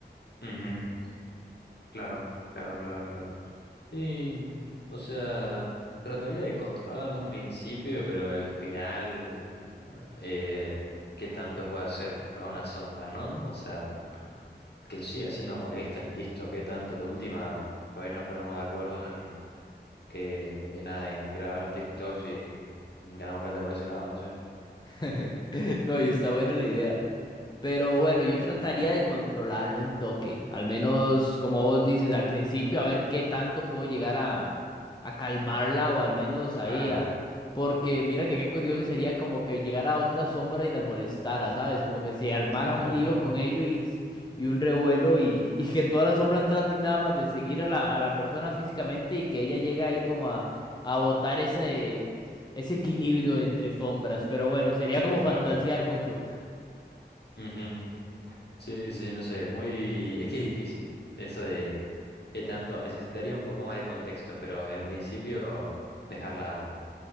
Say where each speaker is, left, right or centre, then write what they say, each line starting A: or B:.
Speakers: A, on the left (about 65°); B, on the left (about 25°).
A: Ujú, Claro, claro, claro, claro. Sí, o sea, trataría de controlarlo en un principio, pero al final, eh, ¿qué tanto puede hacer contra una sombra, no? O sea, que siga siendo molesta y listo, ¿qué tanto? De última, por ahí nos ponemos de acuerdo en que, en nada, en grabar TikToks y ganamos plata por ese lado, no sé.
B: <laughs> No, y está buena la idea. Pero bueno, yo trataría
A: Eh,
B: de controlarlo un toque. Al menos, como vos dices, al principio, a ver qué tanto puedo llegar a, a calmarla o al menos ahí.
A: Claro.
B: a- Porque mira que qué curioso sería como que llegara otra sombra y las molestara, ¿sabes? Como que se armara
A: <laughs>
B: un lío con ello y, s- y un revuelo y, y que todas las sombras traten nada más de seguir a la, a la persona físicamente y que ella llegue ahí como a, a botar ese, ese equilibrio de entre sombras. Pero bueno, sería como
A: Claro,
B: fantasear mucho.
A: Ujú. Sí, sí, no sé, muy... Es que es difícil eso de qué tanto... Necesitaría un poco más de contexto, pero en principio dejarla,